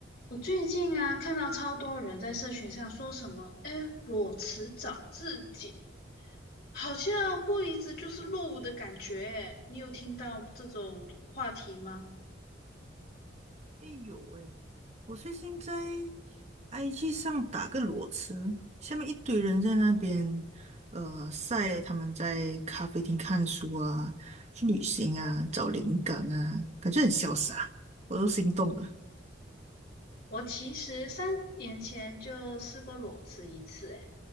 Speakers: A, on the left; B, on the right.
A: 我最近啊，看到超多人在社群上说什么，哎，裸辞找自己，好像不离职就是落伍的感觉。哎，你有听到这种话题吗？
B: 哎有哎，我最近在 IG 上打个裸辞，下面一堆人在那边呃晒他们在咖啡厅看书啊、去旅行啊、找灵感啊，感觉很潇洒，我都心动了。
A: 我其实三年前就试过裸辞一次，哎，